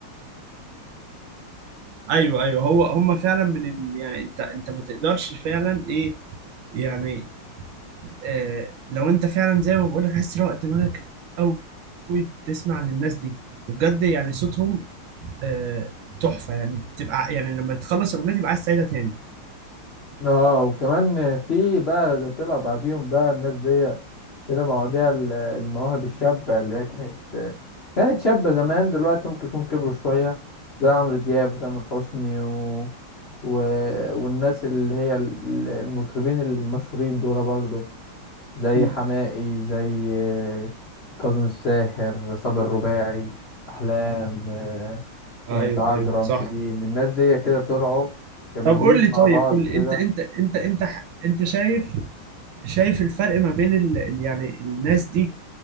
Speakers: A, on the right; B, on the left.
A: ايوه ايوه هو هم فعلا من ال- يعني انت انت ما تقدرش فعلا ايه يعني آه لو انت فعلا زي ما بقول لك عايز تروق دماغك قوي تسمع للناس دي وبجد يعني صوتهم آه تحفة يعني تبقى يعني لما تخلص الاغنية تبقى عايز تعيدها تاني
B: اه وكمان في بقى اللي طلع بعديهم بقى الناس دي طلع مواضيع ال- المواهب الشابة اللي هي كانت كانت شابة زمان دلوقتي ممكن يكون كبروا شوية زي عمرو دياب وتامر حسني و... و... والناس اللي هي ال- المطربين المشهورين دول برضو زي
A: م-
B: حماقي زي كاظم الساهر صابر الرباعي أحلام آه،
A: ايوه
B: نانسي عجرم
A: ايوه صح
B: شيرين الناس دي كده طلعوا كانوا
A: طب قول
B: جيل
A: لي طيب
B: مع بعض
A: قول لي
B: كده
A: انت انت انت انت ح- انت شايف شايف الفرق ما بين ال... ال- يعني الناس دي